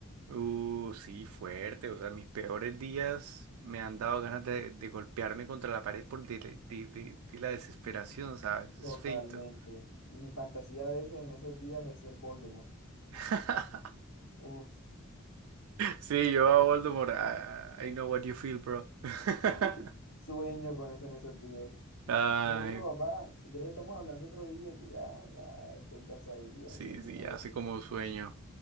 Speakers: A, on the right (about 70°); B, on the left (about 80°).
A: Uh, sí, fuerte. O sea, mis peores días me han dado ganas de, de golpearme contra la pared por de, de- de- de la desesperación, ¿sabes? Es
B: Totalmente.
A: feito.
B: Mi fantasía a veces en esos días es ser Voldemort.
A: <laughs>
B: Uf,
A: Sí, yo a Voldemort. I, I know what you feel, bro. <laughs>
B: <laughs> sueño con eso en esos días.
A: Ay,
B: Pero bueno, papá, si quieres estamos hablando otro día que ya, ya estoy cansadito y ya
A: sí,
B: me tengo que
A: sí,
B: ir a dormir.
A: hace como un sueño.